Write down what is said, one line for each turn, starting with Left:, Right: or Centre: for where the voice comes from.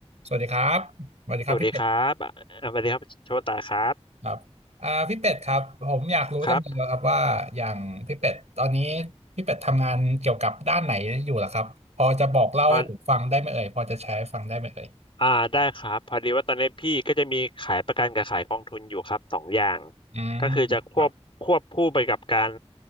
Right: สวัสดีครับสวัสดีครับพี่เป็ด
Left: สวัสดีครับอ่าสวัสดีครับโชตาครับ
Right: ครับอ่าพี่เป็ดครับผมอยากรู้จังเลยครับว่าอย่างพี่เป็ดตอนนี้
Left: ครับ
Right: พี่เป็ดทำงานเกี่ยวกับด้านไหนอยู่ล่ะครับพอจะบอกเล่าให้ผมฟังได้ไหมเอ่ยพอจะแชร์ให้ฟังได้ไหมเอ่ย
Left: ตอนอ่าได้ครับ พอดีว่าตอนนี้พี่ก็จะมีขายประกันกับขายกองทุนอยู่ครับสองอย่าง
Right: อืม
Left: ก็คือจะควบควบคู่ไปกับการ
Right: ครับ